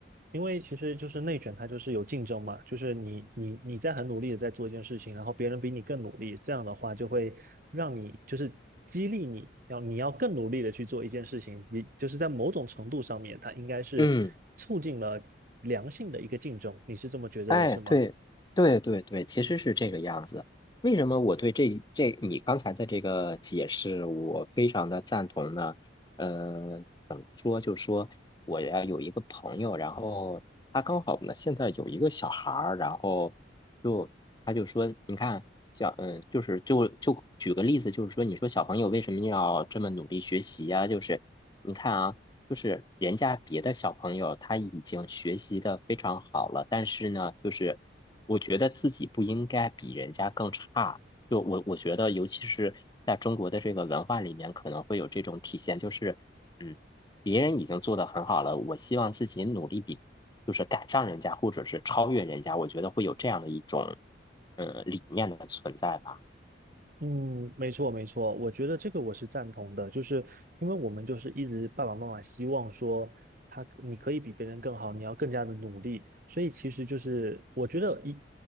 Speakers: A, on the right; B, on the left.
A: 因为其实就是内卷，它就是有竞争嘛，就是你你你在很努力的在做一件事情，然后别人比你更努力，这样的话就会让你就是激励你要你要更努力的去做一件事情，你就是在某种程度上面，它应该是促进了良性的一个竞争，
B: 嗯。
A: 你是这么觉得的，
B: 哎，
A: 是吗？
B: 对，对对对，其实是这个样子。为什么我对这这你刚才的这个解释，我非常的赞同呢？呃，怎么说？就说我呀有一个朋友，然后他刚好呢现在有一个小孩儿，然后就他就说，你看，小嗯，就是就就举个例子，就是说，你说小朋友为什么要这么努力学习呀？就是你看啊。就是人家别的小朋友他已经学习的非常好了，但是呢，就是我觉得自己不应该比人家更差。就我我觉得，尤其是在中国的这个文化里面，可能会有这种体现，就是嗯，别人已经做得很好了，我希望自己努力比，就是赶上人家或者是超越人家，我觉得会有这样的一种呃理念的存在吧。
A: 嗯，没错没错，我觉得这个我是赞同的，就是因为我们就是一直爸爸妈妈希望说他你可以比别人更好，你要更加的努力，所以其实就是我觉得应